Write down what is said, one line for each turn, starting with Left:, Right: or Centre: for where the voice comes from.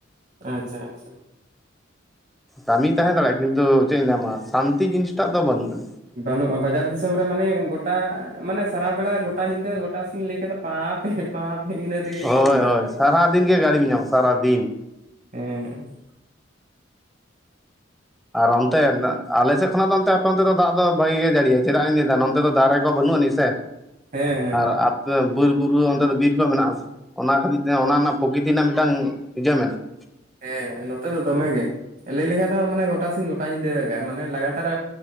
Right: ᱟᱪᱪᱷᱟ ᱟᱪᱪᱷᱟ ᱾
Centre: ᱠᱟᱹᱢᱤ ᱛᱟᱦᱮᱸ ᱫᱟᱲᱮᱭᱟᱜᱼᱟ ᱠᱤᱱᱛᱩ ᱪᱮᱫ ᱤᱧ ᱞᱟᱹᱭ ᱟᱢᱟ ᱥᱟᱱᱛᱤ ᱡᱤᱱᱤᱥᱴᱟᱜ ᱫᱚ ᱵᱟᱹᱱᱩᱜ ᱟᱹᱱᱤᱡ ᱾
Right: ᱵᱟᱹᱱᱩᱜᱼᱟ ᱵᱟᱡᱟᱨ ᱫᱤᱥᱚᱢ ᱨᱮ ᱢᱟᱱᱮ ᱜᱚᱴᱟ ᱢᱟᱱᱮ ᱥᱟᱨᱟ ᱵᱮᱲᱟ ᱜᱚᱴᱟ ᱧᱤᱫᱟᱹ ᱜᱚᱴᱟ ᱥᱤᱧ ᱞᱟᱹᱭ ᱠᱮᱫᱟ ᱯᱟ ᱯᱮᱸ ᱯᱟᱸ ᱯᱮᱸ ᱤᱱᱟᱹ ᱛᱮᱜᱮ
Centre: ᱦᱳᱭ
Right: ᱠᱚ ᱫᱤᱱᱟ
Centre: ᱦᱳᱭ ᱥᱟᱨᱟᱫᱤᱱ ᱜᱮ
Right: ᱦᱮᱸ,
Centre: ᱜᱟᱹᱲᱤᱢ ᱧᱟᱢᱟ ᱥᱟᱨᱟᱫᱤᱱ
Right: ᱦᱮᱸ ᱾
Centre: ᱟᱨ ᱚᱱᱛᱮ ᱟᱞᱮ ᱥᱮᱫ ᱠᱷᱚᱱᱟᱜ ᱫᱚ ᱚᱱᱛᱮ ᱟᱯᱮ ᱚᱱᱛᱮ ᱫᱚ ᱫᱟᱜ ᱫᱚ ᱵᱷᱟᱹᱜᱤ ᱜᱮ ᱡᱟᱹᱲᱤᱭᱟ ᱪᱮᱫᱟᱜ ᱤᱧ ᱞᱟᱹᱭ ᱫᱟ ᱱᱚᱱᱛᱮ ᱫᱚ ᱫᱟᱨᱮ ᱠᱚ ᱵᱟᱹᱱᱩᱜ ᱟᱹᱱᱤᱡ ᱥᱮ,
Right: ᱦᱮᱸ
Centre: ᱟᱨ ᱵᱤᱨ ᱵᱩᱨᱩ ᱚᱱᱛᱮ ᱫᱚ ᱵᱤᱨ ᱠᱚ ᱢᱮᱱᱟᱜᱼᱟ ᱟᱥᱮ ᱚᱱᱟ ᱠᱷᱟᱹᱛᱤᱨ ᱛᱮ ᱚᱱᱟ ᱨᱮᱱᱟᱜ ᱯᱨᱚᱠᱤᱛᱤ ᱨᱮᱱᱟᱜ ᱢᱤᱫᱴᱟᱝ ᱤᱭᱟᱹ ᱢᱮᱱᱟᱜᱼᱟ ᱾
Right: ᱦᱮᱸ ᱱᱚᱛᱮ ᱫᱚ ᱫᱚᱢᱮ ᱜᱮ ᱞᱟᱹᱭ ᱞᱮᱠᱷᱟᱡ ᱫᱚ ᱢᱟᱱᱮ ᱜᱚᱴᱟ ᱥᱤᱧ ᱜᱚᱴᱟ ᱧᱤᱫᱟᱹ ᱟᱠᱟᱫᱟᱭ ᱢᱟᱱᱮ ᱞᱟᱜᱟᱛᱟᱨ